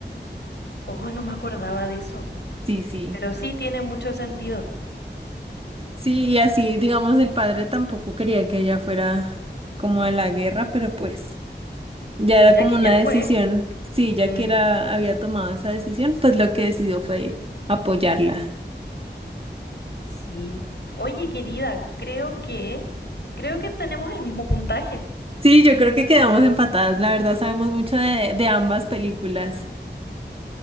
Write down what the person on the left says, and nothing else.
Oh, no me acordaba de eso.
Pero sí tiene mucho sentido,
ya
que
ya
fue.
Mm,
sí. Oye, querida, creo que... Creo que tenemos el mismo puntaje.